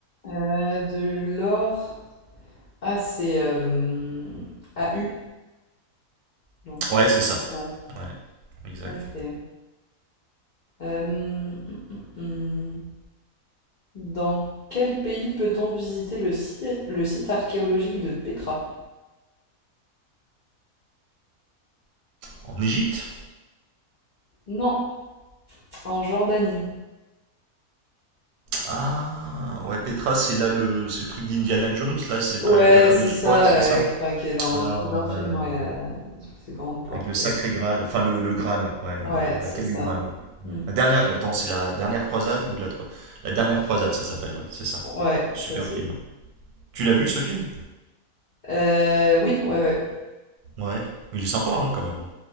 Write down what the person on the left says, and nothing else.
Euh, de l'or. Ah, c'est euh, AU, non?
Ouais,
ok. Euh, hum, hum, hum. Dans quel pays peut-on visiter le site, le site archéologique de Petra?
Non, en Jordanie.
Ouais,
c'est ça,
euh, qui, enfin, qui est dans
plusieurs
films,
ouais, euh, ces grandes portes.
euh.
Ouais, c'est
ça.
Mm.
Ouais,
possible.
Euh, oui, ouais, ouais.